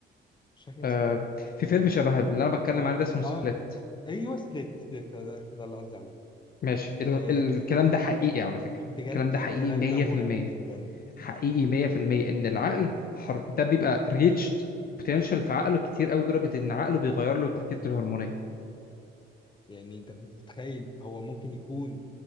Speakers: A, on the left; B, on the left.
A: مش فاكر
B: آه
A: اسمه إيه.
B: في فيلم شبه اللي انا بتكلم عنه ده اسمه سبليت
A: اه ايوه سبليت سبليت ده, ده اللي قصدي عليه
B: ماشي ال
A: آه
B: الكلام ده حقيقي على فكرة
A: بجد
B: الكلام ده
A: الكلام
B: حقيقي 100%
A: ده مرعب جدا
B: حقيقي 100% ان العقل حر... ده بيبقى ريتشد بوتنشال في عقله كتير قوي لدرجة ان عقله بيغير له تركيبته الهرمونية
A: يعني انت انت متخيل هو ممكن يكون